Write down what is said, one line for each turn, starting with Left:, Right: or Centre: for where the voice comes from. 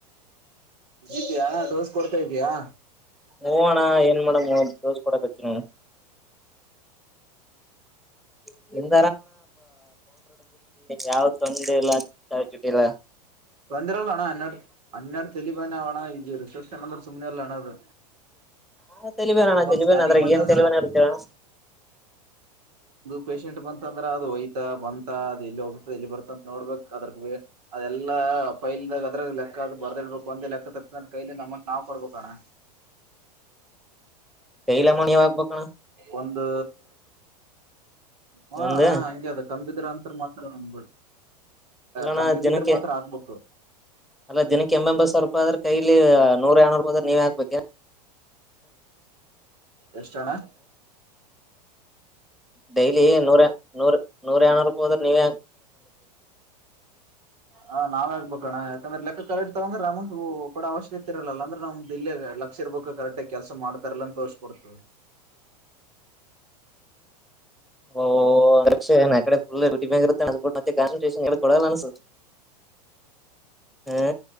Right: ಇದ್ಯಾ ಡೋಸ್ ಕೊಡ್ತಾ ಇದ್ದಯಾ
Centre: ಹೂ ಅಣ್ಣ ಏನ್ ಮಾಡಂ ಹೇಳ ಅಣ್ಣ ಡೋಸ್ ಕೊಡಕಟ್ಟಿನಿ ಹ <unintelligible> ಯಾವ್ ತೊಂದ್ರೆ ಇಲ್ಲ ಇಲ್ಲ
Right: ಬಂದ್ರಲ್ಲ ಅಣ್ಣ ಹನ್ನೆರಡು ಹೆಣ್ಣೆ ತಲಿ ಬಾಲ <unintelligible> ಹಣ ಇದೀರಿ <unintelligible> ಸಣಂದ್ರೆ ಸುಮ್ಮನೆಲ್ಲ ಹಣದು
Centre: ಹ ತಲಿಬೇನಣ ತಲಿಬೇನ
Right: ಸ್ಕ್ಯಾನಿಂಗ್
Centre: ಅದ್ರಾಗ
Right: ಬಂತ
Centre: ಏನ್
Right: ಅಂದ್ರ
Centre: ತಲ್ವೇನ ಇರ್ತೇವಣ
Right: ಪೇಶಷೆಟ್ ಬಂತ ಅಂದ್ರೆ ಅದು ಹಯತಾ ಬಂತಾ ಇಲ್ಲಿ ಹೋಗ್ತ ಇಲ್ಲಿ ಬರ್ತ ಅಂತ ನೋಡ್ಬೇಕು ಅದ್ರ ಅದೆ ಎಲ್ಲ ಫೈಲ್ ಅದ್ರದ ಅ ಬರ್ದ ಇಡ್ಬೇಕು ಒಂದ ಲೆಕ್ಕ ತ ಕೈಲಿಂದ ಅಮೌಂಟ್ ನಾವ್ ಕೊಡ್ಬೇಕ ಅಣ್ಣ
Centre: ಕೈಲೆ ಅಮ್ಮೌಂಟ್ ನೀವು ಹಾಕಬೇಕು ಅಣ್ಣ
Right: ಒಂದು ಹಾಣಾ
Centre: ಒಂದ್
Right: ಹಂಗೆ ಅದ ಕಂಬಿದ್ರ ಅಂತ ಮಾತಾ <unintelligible>
Centre: ಅಲ್ಲಣ್ಣ
Right: ಕಮ್ಮಿ
Centre: ದಿನಕ್ಕೆ
Right: ಬಿದ್ರೆ ಮಾತ್ರ ಹಾಕ್ಬೇಕು
Centre: ಅಲ್ಲ ದಿನಕ್ಕೆ ಎಂಬ ಎಂಬತ್ತು ಸಾವಿರ ರೂಪಾಯಿ ಆದ್ರ ಕೈಲಿ ನೂರ ಏನೂರು ಹೋದ ನೀವ ಹಾಕ್ಬೇಕಣ
Right: ಎಷ್ಟಣ್ಣ
Centre: ಡೈಲಿ ನೂರ ನೂರ ನೂರ ಏನೂ ರೂಪಿ ಹದೆ ನೀವ
Right: ಹ ನಾವ ಹಗ್ಬೇಕಣ್ಣ ಯಾಕಂದ್ರೆ ಲೆಕ್ಕ ಕರೆಕ್ಟ್ ತಗಂದ್ರ ರಾಮಂತತ್ ಕೂಡ ಅವಶ್ಯಕತೆ ಇರಲ್ಲಲ್ಲ ಅಂದ್ರೆ ನಮ್ದ ದಿಲ್ಲಿೇ ಲಕ್ಷ ಇರ್ಬೇಕು ಕರೆಕ್ಟ್ ಆಗ ಕೆಲ್ಸ ಮಾಡ್ತಾರಲ್ಲ ಅಂತ ತೋರ್ಕೊಡ್ತವಿ
Centre: ಓ ಅೆ ನಡೆ ಫು ಟಿ ಬ ಇರುತ್ತೆತ್ತ ಕನ್ಸನ್ ಕೊಡಲ್ಲ ಅನ್ಸ ಹ